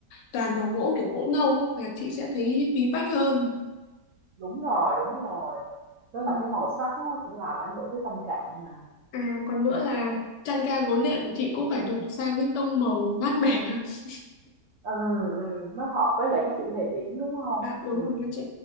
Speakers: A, on the left; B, on the right.
A: toàn đồ gỗ kiểu gỗ nâu ấy, là chị sẽ thấy bí bách hơn
B: đúng rồi, đúng rồi. Tức
A: Ừ.
B: là cái màu sắc nó cũng làm ảnh hưởng tới tâm trạng mà.
A: À, còn nữa là chăn ga gối nệm của chị cũng phải đổi sang cái tông màu mát mẻ. <laughs>
B: Ừ, ừ, nó hợp với lại cái chủ đề biển đúng không?
A: Dạ đúng
B: Ừ.
A: rồi các chị.